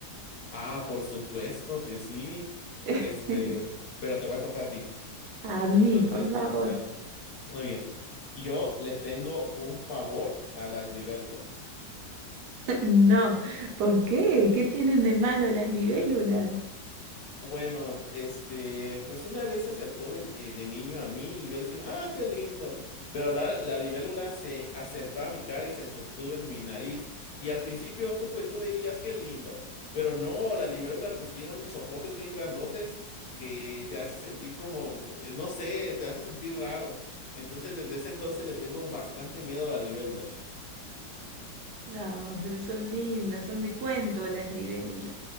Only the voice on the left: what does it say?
Ah, por supuesto que sí.
Este, pero te voy a contar a ti.
Entonces,
ah, muy bien. Yo le tengo un pavor a las libélulas.
Bueno, este, pues una vez se acercó de, eh, de niño a mí y yo diciendo, ah, qué lindo. Pero la, la libélula se acercó a mi cara y se sostuvo en mi nariz. Y al principio tú, pues tú dirías, qué lindo. Pero no, la libélula pues tiene unos ojotes bien grandotes que te hace sentir como, fu- eh, no sé, te hace sentir raro. Entonces desde ese entonces le tengo bastante miedo a las libélulas.